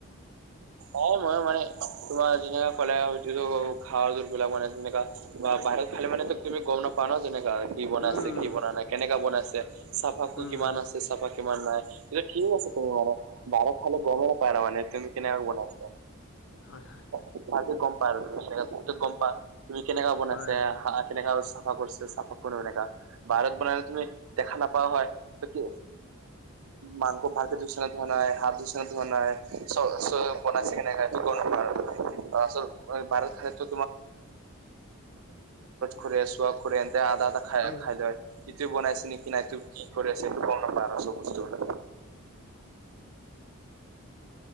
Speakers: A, on the right; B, on the left.
A: হয় ময়ো মানে তোমাৰ যেনেকা কলে <unintelligible> বিলাক মানে যেনেকা বা বাহত খালে মানে তো তুমি গম নাপা ন যেনেকা হয় কি বনাইছে,
B: উম
A: কি বনাই নাই, কেনেকা বনাইছে, চাফা
B: উম
A: কিমান আছে চাফা কিমান নাই। য়া ঠিক আছে তুমি মান বাৰত খালে গম নাপাইা মে তুমি কেনেক বনাইছা
B: হয় হয়
A: <unintelligible> আৰু গম পা তুমি কেনেকা বনাই
B: হয়
A: আছে
B: হয় হয়।
A: কেনেকা চাফা কৰিছে চাফা কৰো এনেকা, বাহত বনাইলে তুমি দেখা নাপাৱা হয় কি? মাংস ভাগি দূষণ ধোৱা নাই হাত দূষণ ধোৱা নাই চৌ চৌ <unintelligible> তোমাৰ যেনেকা কিচিন বিলাকত কক্ৰচ ঘুৰে চোৱা ঘুৰে এনকা আদা আদা খাই
B: ক'ব
A: খাই লয়। ইটো বানাইছে নে কি ন ত কি কৰি আছে, গম নাপাওঁ বস্তুটো
B: <inaudible>